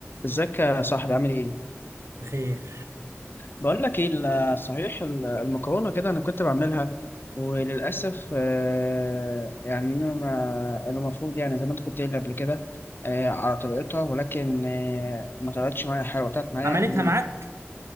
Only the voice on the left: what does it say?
ازيك يا صاحبي عامل ايه؟
بقول لك ايه ال- صحيح ال- المكرونه كده انا كنت بعملها وللاسف آه، يعني انا ما- المفروض يعني زي ما انت كنت قايل قبل كده آه، على طريقتها ولكن آه، ما طلعتش معايا حلوه طلعت معايا
ال-